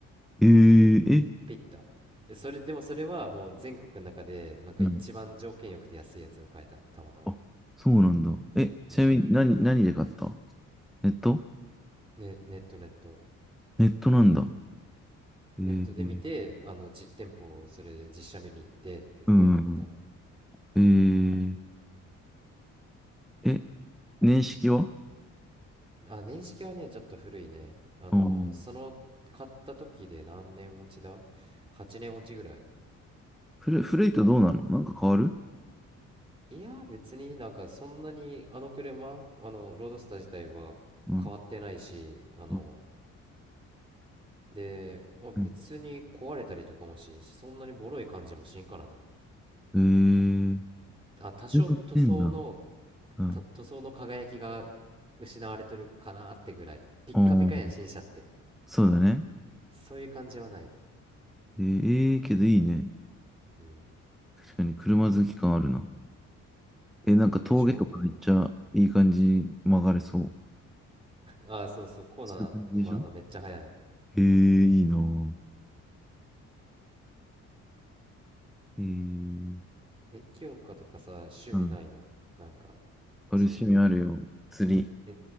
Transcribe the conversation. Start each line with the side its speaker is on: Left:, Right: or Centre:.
Centre: えー、え、
Right: ピッタえそれでもそれはもう全国の中でなんか一番条件よくて安いやつを買えたたまたま
Centre: うん。あ、そうなんだ。え、ちなみに何、
Right: うん
Centre: 何で買ったネット
Right: ねネットネット
Centre: ネットなんだ。えー、
Right: ネットで見てあの実店舗をそれで実写見に行ってって買いに行った
Centre: うん、うん。えー、え、年式は
Right: あ年式はねちょっと古いねあのその買った時で何年落ちだ
Centre: あん。
Right: ?8 年落ちぐらい
Centre: 古い、古いとどうなのなんか変わる
Right: いや別になんかそんなにあの車あのロードスター自体は変わってないしあの
Centre: うん、うん、
Right: で、まあ、別に壊れたりとかもしんし、
Centre: うん。
Right: そんなにボロい感じもしんからね。
Centre: うんえー、そ
Right: あ、多少塗装の、
Centre: ういうこと言ってんだ。うん。
Right: た塗装の輝きが失われてるかなってぐらい。ピッカピカやん、
Centre: ああ
Right: 新車って。
Centre: そうだね。
Right: そういう感じはない。
Centre: えー、えーけどいいね。
Right: うん。
Centre: 確かに車好き感あるな。え、なんか峠とかめっちゃいい感じに曲がれそう。
Right: でしょあ、そうそう、コーナーが、
Centre: そういう感じでしょ
Right: まあ、あの、めっちゃ早い。
Centre: えー、いいなぁ。えー、
Right: え、清香とかさ、趣味ないのなんか、
Centre: うん。俺趣味あるよ。
Right: 趣味とか。
Centre: 釣り。
Right: え、